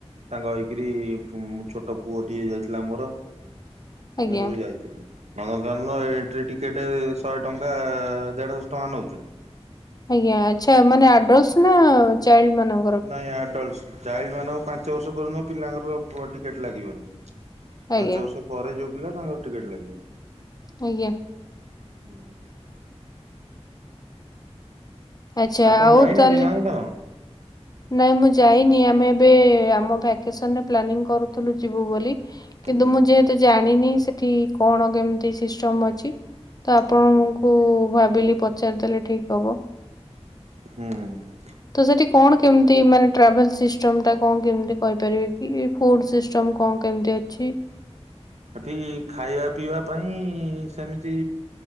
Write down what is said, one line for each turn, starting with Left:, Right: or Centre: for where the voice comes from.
Right: ସାଙ୍ଗ ହେଇକିରି ଫୁ ଛୋଟ ପୁଅଟିଏ ଯାଇଥିଲା ମୋର
Left: ଆଜ୍ଞା,
Right: ଆମେ ସବୁ ଯାଇ ଥିଲୁ ନନକାନ ଏଣ୍ଟ୍ରି ଟିକେଟ୍ ଶହେ ଟଙ୍କା ଦେଢ଼ଶ ଟଙ୍କା ନୌଛନ୍ତି।
Left: ଆଜ୍ଞା ଆଛା ମାନେ ଆଡଲ୍ସ ନା ଚାଇଲ୍ଡ ମାନ
Right: ନାଇଁ ଆଡଲ୍ଟ ଚାଇଲ୍ଡ ମାନଙ୍କ ପାଞ୍ଚ ବର୍ଷ ପଯନ୍ତ ପିଲା ମାନଙ୍କର ପୁ ଟିକେଟ ଲାଗିବନି।
Left: ଆଜ୍ଞା,
Right: ପାଞ୍ଚ ବର୍ଷ ପରେ ଯୋଉ ପିଲା ତାଙ୍କର ଟିକେଟ ଲାଗିବ।
Left: ଆଜ୍ଞା।
Right: ହୁଁ।
Left: ଆଚ୍ଛା
Right: ଆପଣ
Left: ଆଉ
Right: ଯାଇନାହାନ୍ତି
Left: ତାହେଲେ
Right: ନନ୍ଧନ କାନନ।
Left: ନାଇଁ ମୁଁ ଯାଇନି ଆମେ ଏବେ ଆମ ଭ୍ୟାକେସନରେ ପ୍ଲାନିଂ କରୁଥିଲୁ ଯିବୁ ବୋଲି।
Right: ହୁଁ
Left: କିନ୍ତୁ ମୁଁ ଯେହେତୁ ଜାଣିନି ସେଠି କଣ କେମତି ସିଷ୍ଟମ ଅଛି। ତ ଆପଣଙ୍କୁ
Right: ଆଚ୍ଛା
Left: ଭାବିଲି ପଚାରିଦେଲେ ଠିକ ହବ।
Right: ହୁଁ।
Left: ତୁ ସେଠି କଣ କେମିତି ମାନେ ଟ୍ରାଭେଲ ସିଷ୍ଟମଟା କଣ କେମିତି କହିପାରିବେ କି ଫୁଡ଼ ସିଷ୍ଟମ୍ କଣ କେମିତି ଅଛି।
Right: ହେଠି ଖାଇବା ପିଇବା ପାଇଁ ସେମିତି